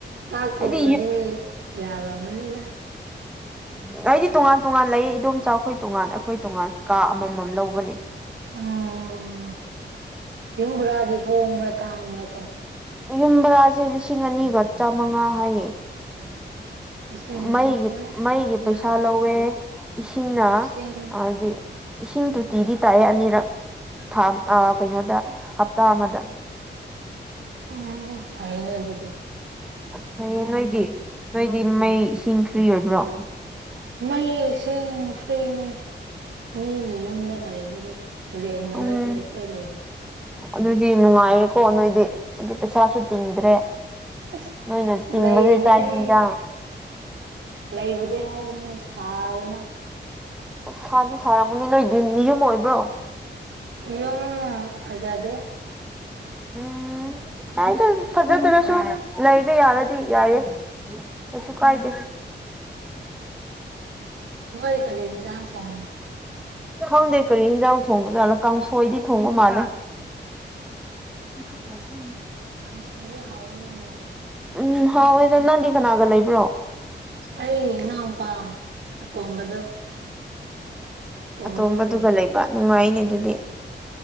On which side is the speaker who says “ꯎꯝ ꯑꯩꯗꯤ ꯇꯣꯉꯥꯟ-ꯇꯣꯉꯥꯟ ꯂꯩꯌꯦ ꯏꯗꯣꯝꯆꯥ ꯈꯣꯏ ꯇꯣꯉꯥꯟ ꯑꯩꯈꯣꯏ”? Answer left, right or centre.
Centre